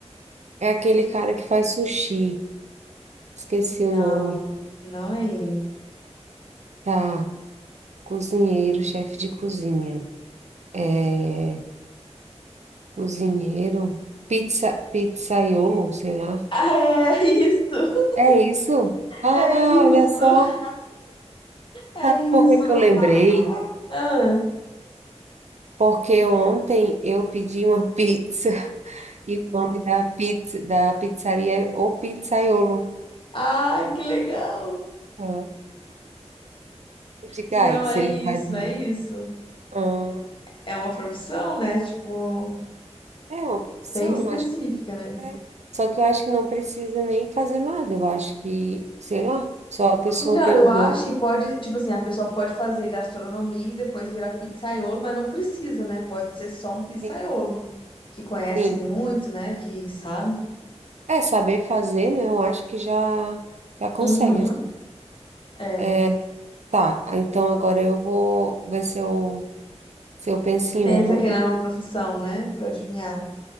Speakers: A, on the right (about 80°); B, on the left (about 45°).
A: É aquele cara que faz sushi. Esqueci o
B: Não,
A: nome.
B: não é ele.
A: Tá. Cozinheiro, chefe de cozinha. É, cozinheiro. Pizza, pizzaiolo, sei lá.
B: <laughs>
A: É isso? Ah,
B: Ah, é isso!
A: olha só.
B: É isso! É
A: Sabe
B: isso!
A: por que que eu lembrei?
B: Ah,
A: Porque ontem eu pedi uma pizza <laughs> e o nome da pizza da pizzaria é O Pizzaiolo.
B: ai, que legal!
A: Ah, Eu digo,
B: Não,
A: ai, se
B: é
A: ele
B: isso,
A: faz uma...
B: é isso.
A: Ah,
B: É uma profissão, né? Tipo,
A: é uma profissão,
B: bem específica,
A: acho que
B: né?
A: é. Só que eu acho que não precisa nem fazer nada. Eu acho que, sei lá, só a pessoa
B: Então,
A: ter
B: eu
A: o dom.
B: acho que pode, tipo assim, a pessoa pode fazer gastronomia e depois virar pizzaiolo, mas não precisa, né? Pode ser só um pizzaiolo,
A: Sim,
B: que conhece
A: sim.
B: muito, né? Que sabe.
A: É saber fazer, né? Eu acho que já já consegue.
B: Uhum.
A: assim.
B: É.
A: É, tá, então agora eu vou ver se eu se eu penso em
B: Pensa
A: uma.
B: que não é uma profissão, né? Pra adivinhar.